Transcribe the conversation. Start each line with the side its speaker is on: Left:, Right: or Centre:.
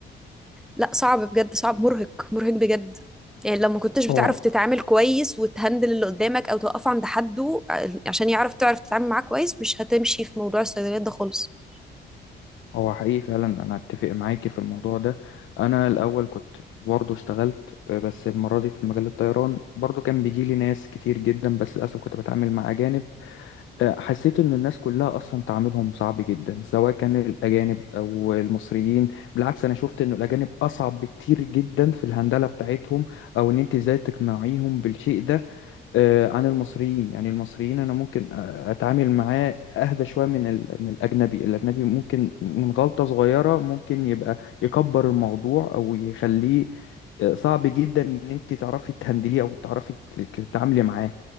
Centre: لا صعب بجد صعب مرهق مرهق بجد يعني لو ما كنتش بتعرف
Left: هو
Centre: تتعامل كويس وتهندل اللي قدامك او توقفه عند حده ع- عشان يعرف تعرف تتعامل معاه كويس مش هتمشي في موضوع الصيدليات ده خالص
Left: هو حقيقي فعلا انا اتفق معاكي في الموضوع ده انا الاول كنت برضه اشتغلت آه، بس المرة دي في مجال الطيران برضه كان بيجي لي ناس كتير جدا بس للاسف كنت بتعامل مع اجانب آه، حسيت ان الناس كلها اصلا تعاملهم صعب جدا سواء كان الاجانب او المصريين بالعكس انا شفت ان الاجانب اصعب بكتير جدا في الهندلة بتاعتهم او ان انت ازاي تقنعيهم بالشيء ده آه، عن المصريين يعني المصريين انا ممكن آه، اتعامل معاه اهدى شويه من ال- من الاجنبي الاجنبي ممكن من غلطه صغيره ممكن يبقى يكبر الموضوع او يخليه آه، صعب جدا ان انت تعرفي تهندليه او تعرفي ت- تتعاملي معاه